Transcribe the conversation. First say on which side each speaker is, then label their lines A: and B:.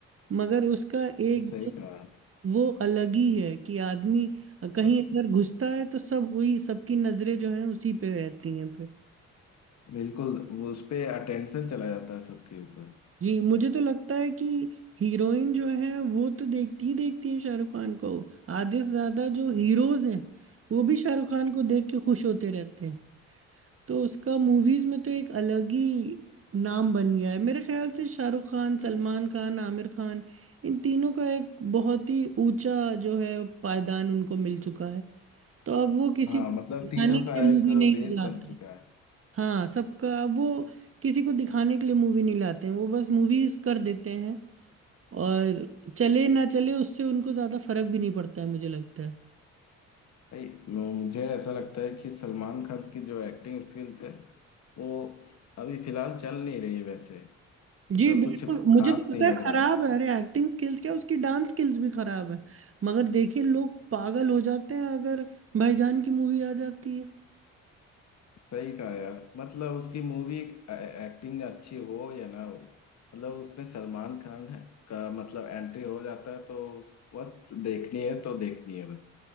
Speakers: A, on the right; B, on the left.
A: मगर उसका एक
B: भाई सही कहा
A: वो अलग ही है कि आदमी कहीं
B: मत-
A: अगर घुसता है तो सब वही सबकी नजरें जो हैं उसी पे रहती हैं फिर
B: बिल्कुल वो उस पे अटेंशन चला जाता है सबके ऊपर
A: जी मुझे तो लगता है कि हीरोइन जो है वो तो देखती ही देखती है शाहरुख खान को आधे से ज्यादा जो हीरोज हैं वो भी शाहरुख खान को देख के खुश होते रहते हैं तो उसका मूवीज में तो एक अलग ही नाम बन गया है मेरे ख्याल से शाहरुख खान सलमान खान आमिर खान इन तीनों का एक बहुत ही ऊंचा जो है पायदान उनको मिल चुका है तो अब वो किसी
B: हाँ
A: को
B: मतलब
A: दिखाने
B: तीनों
A: के
B: का
A: लिए
B: एक
A: मूवी नहीं
B: बेस
A: लाते
B: बन चुका है
A: हाँ सबका वो किसी को दिखाने के लिए मूवी नहीं लाते हैं वो बस मूवीज कर देते हैं और चले ना चले उससे उनको ज्यादा फर्क भी नहीं पड़ता है मुझे लगता है
B: भाई मुझे ऐसा लगता है कि सलमान खान की जो एक्टिंग स्किल्स है वो अभी फिलहाल चल नहीं रही है वैसे मतलब
A: जी बिल्कुल
B: कुछ
A: मुझे
B: खास
A: तो लगता
B: नहीं लग
A: है खराब
B: रहा है
A: है अरे एक्टिंग स्किल्स क्या उसकी डांस स्किल्स भी खराब है मगर देखिए लोग पागल हो जाते हैं अगर भाईजान की मूवी आ जाती है
B: सही कहा यार मतलब उसकी मूवी एक्टिंग अच्छी हो या ना हो मतलब उसमें सलमान खान है का मतलब एंट्री हो जाता है तो उस वक्त देखनी है तो देखनी है बस